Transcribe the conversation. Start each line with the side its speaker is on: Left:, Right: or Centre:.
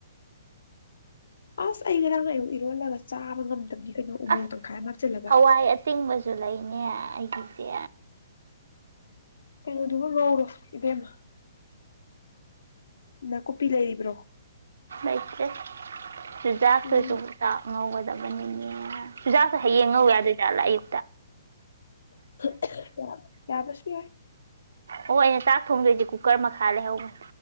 Left: ꯑꯁ ꯑꯩ ꯉꯔꯥꯡꯅꯌꯨꯛ ꯏꯔꯣꯜꯂꯒ ꯆꯥꯕ ꯉꯝꯗꯕꯗꯤ ꯀꯩꯅꯣ ꯎꯃꯪ
Right: ꯑꯁ
Left: ꯇꯪꯈꯥꯏ ꯍꯥꯞꯆꯤꯜꯂꯒ
Right: ꯍꯋꯥꯏ ꯑꯇꯤꯡ ꯃꯁ ꯁꯨ ꯂꯩꯅꯦ ꯑꯩꯒꯤꯁꯦ
Left: ꯀꯩꯅꯣꯗꯨꯕꯨ ꯉꯧꯔꯣ ꯏꯕꯦꯝꯃ ꯅꯥꯀꯨꯞꯄꯤ ꯂꯩꯔꯤꯕ꯭ꯔꯣ
Right: ꯑꯩꯆꯦ ꯁꯤꯖꯥꯁꯨ
Left: ꯎꯝ
Right: ꯆꯥꯛ ꯉꯧꯕ ꯗꯕꯅꯤ ꯆꯨꯖꯥꯛꯁꯨ ꯍꯌꯦꯡꯉꯧ ꯌꯥꯗꯦꯖꯥꯠꯂ ꯑꯌꯨ
Left: ꯀꯌꯥ ꯀꯌꯥ ꯄꯁꯨ ꯌꯥ
Right: ꯑꯣ ꯑꯩꯅ ꯆꯥꯛ ꯊꯣꯡꯗꯣꯏꯁꯦ ꯀꯨꯀꯔ ꯃꯈꯥ ꯂꯩꯍꯧꯕꯅꯦ